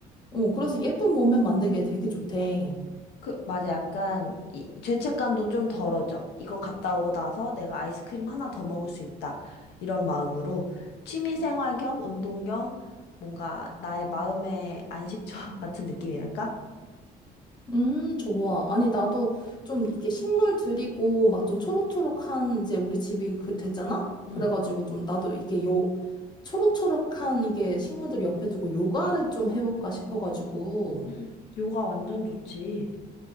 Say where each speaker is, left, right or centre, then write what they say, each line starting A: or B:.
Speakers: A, on the left (about 25°); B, on the left (about 80°).
A: 어, 그래서 예쁜 몸매 만들기에 되게 좋대.
B: 그, 맞아. 약간, 이, 죄책감도 좀 덜어져. 이거 갔다 오고 나서 내가 아이스크림 하나 더 먹을 수 있다. 이런 마음으로 취미 생활 겸 운동 겸 뭔가 나의 마음의 안식처 <laughs> 같은 느낌이랄까?
A: 음, 좋아. 아니, 나도 좀 이게 식물 들이고 막 좀 초록초록한 이제 우리 집이 그 됐잖아?
B: 응.
A: 그래가지고 좀 나도 이게 요, 초록초록한 이게 식물들 옆에 두고 요가를 좀 해볼까 싶어가지고.
B: 음, 요가 완전 좋지.